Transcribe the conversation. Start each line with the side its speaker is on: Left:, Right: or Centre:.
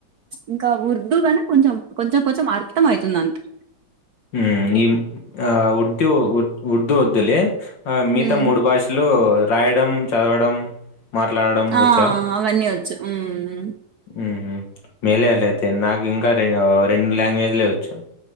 Right: ఇంకా ఉర్దూగాన కొంచెం కొంచెం కొంచెం అర్థం అయితుంది అంతే
Left: మ్మ్ ఈ ఆ ఉర్దూ ఉర్దూ వద్దులే మిగతా
Right: ఉమ్,
Left: మూడు భాషలు రాయడం, చదవడం, మాట్లాడడం
Right: ఆ
Left: వచ్చా
Right: అవన్నీ వచ్చు మ్మ్
Left: ఊహూ మేలేలే ఐతే నాకింకా రెవో రెండు లాంగ్వేజ్ లే వొచ్చు